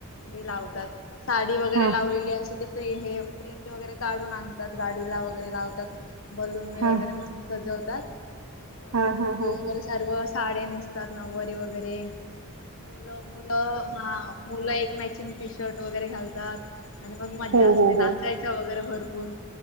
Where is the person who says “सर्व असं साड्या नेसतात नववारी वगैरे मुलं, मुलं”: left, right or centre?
Left